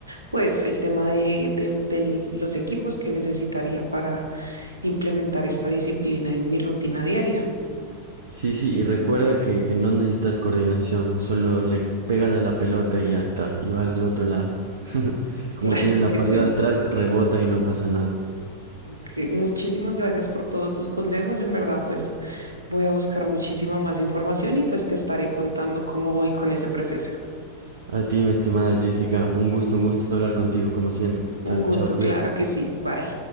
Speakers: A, on the right; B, on the right.
A: pues el tema de, de- de los equipos que necesitaría para implementar esta disciplina en mi rutina diaria.
B: Sí, sí, y recuerda que, que no necesitas coordinación, solo le pegas a la pelota y ya está, y va al otro lado. <laughs>
A: <laughs>
B: Como
A: Claro
B: tienes la
A: que
B: pared
A: sí.
B: atrás, rebota y no pasa nada.
A: Ok, Muchísimas gracias por todos sus consejos. En verdad, pues voy a buscar muchísima más información y pues te estaré contando cómo voy con ese proceso.
B: A ti, mi estimada Jessica, un gusto, un gusto hablar contigo, como siempre.
A: Un
B: Chao,
A: gusto,
B: chao, cuídate.
A: claro que sí. Bye.